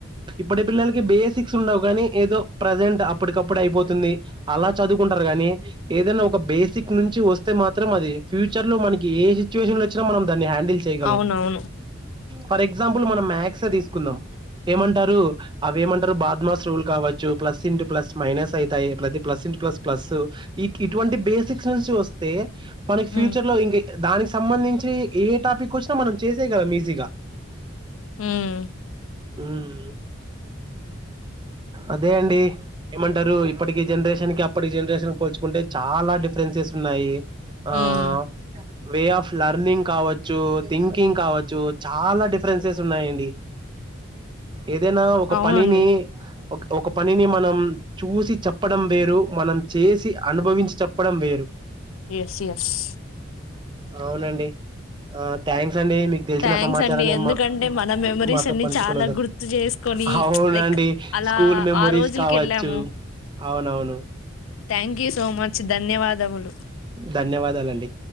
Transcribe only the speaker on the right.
ఇప్పటి పిల్లలకి బేసిక్స్ ఉండవు గానీ ఏదో ప్రజెంట్ అప్పటికప్పుడు అయిపోతుంది అలా చదువుకుంటారు. టరు గానీ ఏదనా ఒక బేసిక్ నుంచి వస్తే మాత్రం అది ఫ్యూచర్ లో మనకి ఏ సిచ్యువేషన్ వచ్చినా మ దాన్ని హ్యాండిల్ చేయగలం
ఫర్ ఎగ్జాంపుల్ మనం మ్యాక్స తీసుకుందాం. ఏమంటారు అవి ఏమంటారు బాద్మాస్ రూల్ కావచ్చు, ప్లస్ ఇంటూ ప్లస్ మైనస్ అయితాయి. పది ప్లస్ ఇంట ప్లస్ ప్లస్ ఇటువంటి బేసిక్స్ నుంచి వస్తే మనకి
ఫ్యూచర్ లో ఇంగ దానికి సంబంధించి ఏ టాపిక్ వచ్చినా మనం చేశాయగలం ఈజీగా.
ఉమ్ అదే అండి ఏమంటారు ఇప్పటికి జనరేషన్ కి, అప్పటికి జనరేషన్ కి పోల్చుకుంటే చాలా డిఫరెన్సెస్ ఉన్నాయి. um
way of learning కావచ్చు, థింకింగ్ కావచ్చు చాలా డిఫరెన్సెస్ ఉన్నాయండి. ఏదైనా ఒక
పనిని ఒక ఒక పనిని మనం చూసి చెప్పడం వేరు, మనం చేసి అనుభవించి చెప్పడం వేరు.
అవునండి ఆ థ్యాం క్స్ అండి మీకు తెలిసిన
సమాచారాన్ని
మా
మాతో
ఉంచుకొన్నంద
అవునండి
స్కూల్ మెమొరీస్
కావచ్చు.
అవునవును
ధన్యవాదాలండి